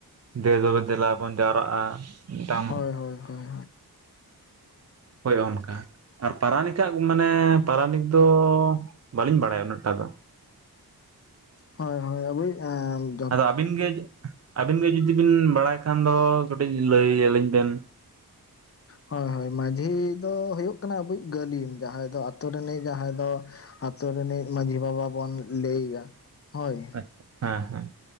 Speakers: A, on the right (about 45°); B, on the left (about 40°).
A: ᱫᱮᱼᱫᱚᱵᱮ ᱫᱮᱞᱟ ᱵᱚᱱ ᱡᱟᱣᱨᱟᱜ-ᱟ᱾ ᱢᱤᱫᱴᱟᱝ
B: ᱦᱳᱭ ᱦᱳᱭ ᱦᱳᱭ
A: ᱦᱳᱭ ᱚᱱᱠᱟ᱾ ᱟᱨ ᱯᱟᱨᱟᱱᱤᱠᱟᱜ ᱢᱟᱱᱮ ᱯᱟᱨᱟᱱᱤᱠ ᱫᱚ ᱵᱟᱹᱞᱤᱧ ᱵᱟᱲᱟᱭᱟ ᱩᱱᱟᱹᱜ ᱴᱟ ᱫᱚ᱾
B: ᱦᱳᱭ ᱦᱳᱭ ᱟᱵᱩᱭᱤᱡ ᱮᱸ
A: ᱟᱫᱚ ᱟᱹᱵᱤᱱ ᱜᱮ ᱟᱹᱵᱤᱱ ᱜᱮ ᱡᱩᱫᱤ ᱵᱤᱱ ᱵᱟᱲᱟᱭ ᱠᱷᱟᱱ ᱫᱚ ᱠᱟᱹᱴᱤᱡ ᱞᱟᱹᱭ ᱟᱹᱞᱤᱧ ᱵᱮᱱ᱾
B: ᱦᱳᱭ ᱦᱳᱭ ᱢᱟᱡᱷᱤ ᱫᱚ ᱦᱩᱭᱩᱜ ᱠᱟᱱᱟᱭ ᱟᱵᱚᱣᱤᱡ ᱜᱟᱹᱞᱤᱢ᱾ ᱡᱟᱦᱟᱸᱭ ᱫᱚ ᱟᱛᱳ ᱨᱤᱱᱤᱡ ᱡᱟᱦᱟᱸᱭ ᱫᱚ ᱟᱛᱳ ᱨᱤᱱᱤᱡ ᱢᱟᱹᱡᱷᱤ ᱵᱟᱵᱟ ᱵᱚᱱ ᱞᱟᱹᱭᱮᱟᱭᱟ ᱦᱳᱭ᱾
A: ᱟᱪᱪᱷᱟ ᱦᱮᱸ ᱦᱮᱸ᱾